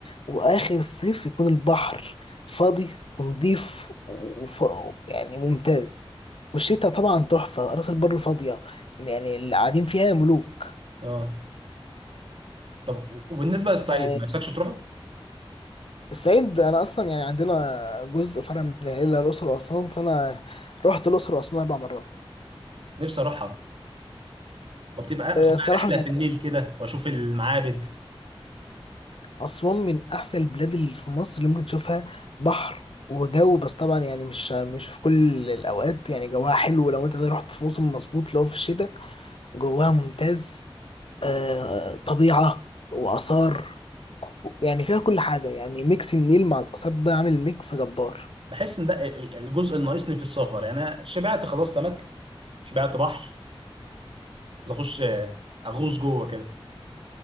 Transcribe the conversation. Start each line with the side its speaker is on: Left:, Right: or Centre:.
Left: واخر الصيف يكون البحر فاضي ونضيف وف... يعني ممتاز والشتاء طبعا تحفه راس البر فاضيه يعني اللي قاعدين فيها ملوك
Right: اه طب و- وبالنسبه للصعيد
Left: يعني
Right: ما نفسكش تروحه
Left: الصعيد انا اصلا يعني عندنا جزء فرع من العيله الاقصر واسوان فانا رحت الاقصر واسوان اربع مرات
Right: نفسي اروحها وبتبقى
Left: آه،
Right: اخد
Left: الصراحه
Right: بقى رحله
Left: يعني
Right: في النيل كده واشوف المعابد
Left: اسوان من احسن البلاد اللي في مصر اللي ممكن تشوفها بحر وجو بس طبعا يعني مش مش في كل الاوقات يعني جواها حلو لو انت رحت في موسم مظبوط لو في الشتاء جواها ممتاز آه، طبيعه واثار يعني فيها كل حاجه يعني ميكس النيل مع الاثار ده عامل ميكس جبار
Right: بحس ان ده ال- ال- الجزء اللي ناقصني في السفر يعني انا شبعت خلاص سمك شبعت بحر عايز اخش آه، اغوص جوه كده